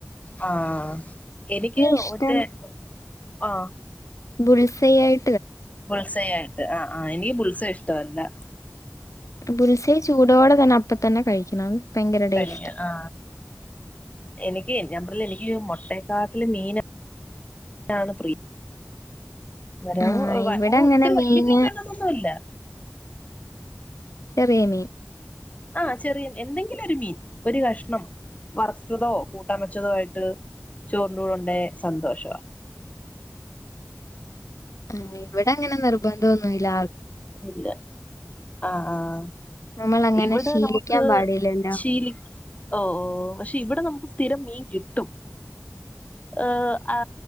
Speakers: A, on the left (about 30°); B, on the left (about 80°).
A: ആ എനിക്ക്
B: ഇഷ്ടം
A: ഒറ്റേ ആ
B: ബുൾസയ് ആയി
A: ബുൾസൈ ആയിട്ട് അ ആ എനിക്ക് ബുൾസൈ ഇഷ്ടം <unintelligible>
B: ബുൽസൈ ചൂടോടെ തന്നെ അപ്പ തന്നെ കഴിക്കണം ഭയങ്കര ടേസ്റ്റ്
A: കഴിക്ക ആ എനിക്ക് ഞമ്പറ എനിക്ക് മൊട്ടെക്കാട്ടില് മീനാണ് പ്രിയ വര
B: ആ
A: ഓ
B: ഇവിടെ അങ്ങനെ
A: ഒത്തിരി
B: മീന്
A: വല്യ മീൻ വേ ണന്നൊന്നല്ല
B: ചെറിയ മീൻ
A: ആഹ ചെറിയും എന്തെങ്കിലും ഒരു മീൻ ഒരു കഷ്ണം വറുത്തതോ കൂട്ടാൻ വെച്ചതോ ആയിട്ട് ചോറിന്റെ കൂടെ സന്തോഷമാ
B: ആ ഇവിടെ അങ്ങനെ നിർബന്ധം ഒന്നുമല്ല
A: ഇല്ല ആഹ ആഹ
B: നമ്മൾ അങ്ങനെ
A: ഇവിടെ
B: ശീലിക്കാൻ
A: നമുക്ക്
B: പാടില്ലല്ലോ
A: ശീലി ഓ ഓ പക്ഷെ ഇവിടെ നമുക്ക് സ്ഥിരം മീൻ കിട്ടും ആഹ ആ